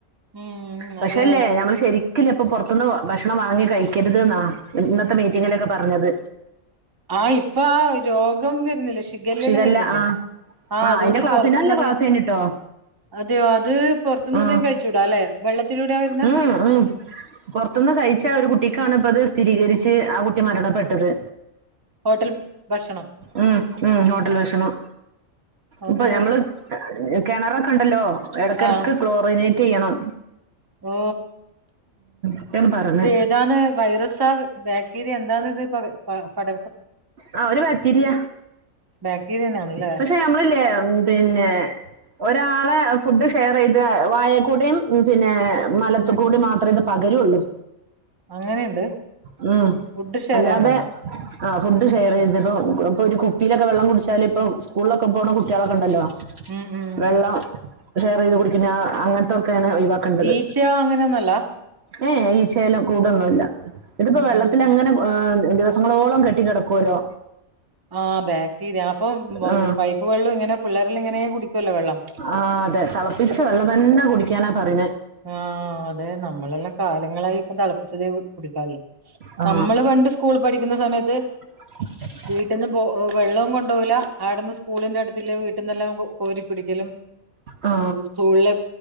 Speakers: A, on the right; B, on the right.
A: ഉം ഉം
B: പക്ഷെല്ലേ
A: അതെ
B: ഞമ്മള് ശരിക്കില്ലെ ഇപ്പൊ പൊറത്ത്ന്ന് വാ ഭക്ഷണം വാങ്ങി കഴിക്കരുത് ന്നാ. ഇന്നത്തെ മീറ്റിങ്ങിലൊക്കെ പറഞ്ഞത്.
A: ആ ഇപ്പ ആ രോഗം വരുന്നില്ല. ഷി ഷിഗല്ലെല്ലാം
B: ശിഖല്ല
A: വരുന്നില്ലേ
B: ആ
A: ആ അതുകൊണ്ട്
B: അതിന്റെ ക്ലാസ്
A: പൊറത്തുന്ന്
B: നല്ല
A: അധിക
B: ക്ലാസ് കഴിഞ്ഞിട്ടോ
A: അതെയോ അത് പൊറത്തുന്ന്
B: ആ
A: അതികം കഴിച്ചൂടാ അല്ലെ വെള്ളത്തിലൂടെയാ വരുന്നെ.
B: ഉം ഉം പുറത്തുന്ന് കഴിച്ച ഒരു കുട്ടിക്കാണ് ഇപ്പ അത് സ്ഥിരീകരിച്ച് ആ കുട്ടി മരണപ്പെട്ടത്.
A: ഹോട്ടൽ ഭ ഭക്ഷണം.
B: ഉം ഉം ഹോട്ടൽ ഭക്ഷണം
A: അത്
B: ഇപ്പൊ ഞമ്മള് കിണറൊക്കെ ഉണ്ടല്ലോ ഇടക്കിടക്ക്
A: ആഹ്
B: ക്ലോറിനേറ്റ് ചെയ്യണം.
A: ഓ.
B: ഒക്കെയാണ് പറഞ്ഞ്
A: ഇത് ഏതാണ് വൈറസ ബാക്ടീരിയ എന്താണ് ഇത് പ പട
B: ആ ഒരു ബാക്റ്റീരിയ
A: ബാക്ടീരിയനാണല്ലേ
B: പക്ഷെ ഞമ്മളില്ലേ ഉപിന്നെ ഒരാളെ ഫുഡ് ഷെയർ ചെയ്ത് വായെൽ കുടിം പിന്നെ മലത്തു
A: ഉം
B: കുടി മാത്രേ ഇത് പകരുള്ളൂ.
A: അങ്ങനെയുണ്ട്
B: <inaudible> ഉം
A: ഫുഡ് ഷെയർ
B: അല്ലാതെ
A: ചെയ്യാൻ പാടില്ല
B: ആ ഫുഡ് ഷെയർ
A: ഭക്ഷണം
B: ചെയ്ത് ഇപ്പൊ ഇപ്പൊ ഒരു കുപ്പിയിലൊക്കെ വെള്ളം കുടിച്ചാല് ഇപ്പോ സ്കൂളിലൊക്കെ പോണ കുട്ട്യാ ളൊക്കെ ഉണ്ടല്ലോ
A: ഉം ഉം
B: വെള്ളം ഷെയർ ചെയ്ത് കുടിക്കുന്ന അങ്ങനത്തൊക്കെ ഒക്കെയാണ് ഒഴിവാക്കേണ്ടത്
A: ഈച്ച അങ്ങനെയൊന്നല്ല
B: ഏ ഈച്ചയിലും കൂടൊന്നുംല്ല ഇതിപ്പോ
A: ഉം
B: വെള്ളത്തില്അങ്ങനെ
A: ഉം
B: എ ദിവസങ്ങളോളം കെ ട്ടി കിടകോല്ലോ.
A: ആ ബാക്ടീരിയ അപ്പം
B: ആ
A: പൈപ്പ് വെള്ളം ഇങ്ങനെ പിള്ളേരെല്ലാം ഇങ്ങനെ കുടിക്കുവല്ലോ വെള്ളം.
B: ആ അതെ തളപ്പിച്ച വെള്ളം തന്നെ കുടിക്കാനാ പറണെ.
A: ആ അതെ നമ്മളെല്ലാം കാലങ്ങളായി ഇപ്പം തളപ്പിച്ചതേ കുടിക്കാല്ലോ
B: ആ
A: നമ്മള് പണ്ട് സ് സ്കൂൾ പഠിക്കുന്ന സമയത്ത്
B: <inaudible>
A: വീട്ടിന്ന് പോ വെള്ളവും കൊണ്ടുപോകില്ല അവിടെന്ന് സ്കൂളിന്റെ അടുത്തില്ല വീട്ടിൽന്നെല്ലാം കോരി കുടിക്കലും
B: ആ
A: സ്കൂളെ